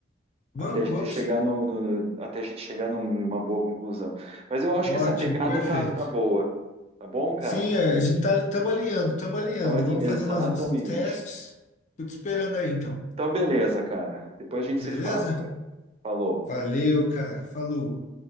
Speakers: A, on the left; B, on the right.
A: Vamos,
B: até a gente
A: vamos
B: chegar
A: sim.
B: no, no- até a gente chegar numa boa conclusão. Mas eu acho
A: Ótimo,
B: que essa pegada
A: perfeito.
B: tá, tá boa, tá bom, cara?
A: Sim, é, a gente tá, estamos alinhando, estamos alinhando.
B: Então, Ani-
A: Vamos
B: exatamente.
A: fazer mais uns testes. Tô te esperando aí, então.
B: Então, beleza, cara. Depois a gente
A: Beleza?
B: se fala, cara. Falou.
A: Valeu, cara. Falou.